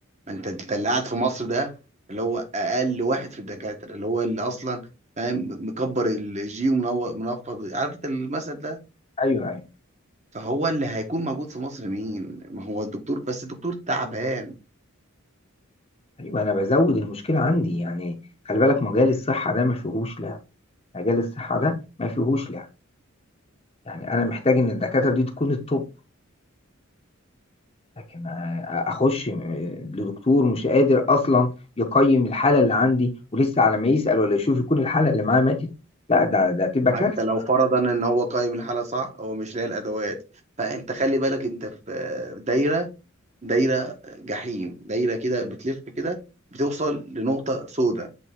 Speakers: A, on the right (about 35°); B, on the left (about 30°).
A: ما انت انت اللي قاعد في مصر ده اللي هو اقل واحد في الدكاتره اللي هو اللي اصلا فاهم مكبر الجي ومنور منفض عارف انت المثل ده
B: ايوه ايوه
A: فهو اللي هيكون موجود في مصر مين ما هو الدكتور بس الدكتور تعبان
B: ايوه انا بزود المشكلة عندي يعني خلي بالك مجال الصحة ده ما فيهوش لعب مجال الصحة ده ما فيهوش لعب يعني انا محتاج ان الدكاترة دي تكون التوب لكن آه، اخش آه، لدكتور مش قادر اصلا يقيم الحالة اللي عندي ولسه على ما يسأل ولا يشوف يكون الحالة اللي معاه ماتت لا ده ده تبقى كارثة
A: حتى لو فرضا ان هو قايم الحاله صح هو مش لاقي الادوات فانت خلي بالك انت في دايره دايره جحيم دايره كده بتلف كده بتوصل لنقطه سوداء